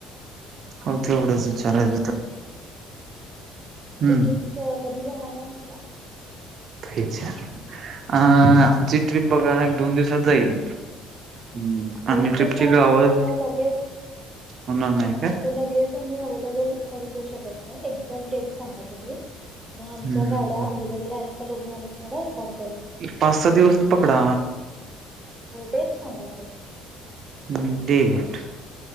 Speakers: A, on the right (about 55°); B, on the right (about 15°).
A: होत. तेवढंच
B: अ
A: विचारायचं
B: तुमची ट्रिप, हां तुमची
A: हम्म
B: ट्रिप कधी जाणार हाय म्हणला?
A: <unintelligible> अं आमची ट्रिप बघा, एक दोन दिवसात जाईल. हम्म.
B: दोन
A: आणि ट्रिपची
B: दिवसात
A: गावं
B: असं लगेच?
A: होणार नाही
B: अ
A: काय
B: असं लगेच आम्ही अवेलेबल करूंन देऊं शकतं नाहीं एक्झॅक्ट डेटं सांगा तुम्हीं मंग आमच्यां
A: हम्म
B: गाड्यान अव्हेलेबल आहेतं कां बघूंन आम्हीं तुम्हांला इन्फॉर्म करूं
A: पांच सहा दिवसंच पकडा
B: डेट सांगा सरं
A: हम्मं डेट